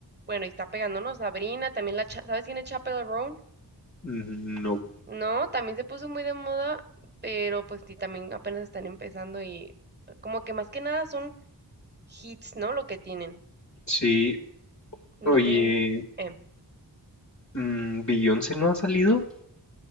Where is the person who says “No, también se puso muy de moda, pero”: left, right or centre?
Right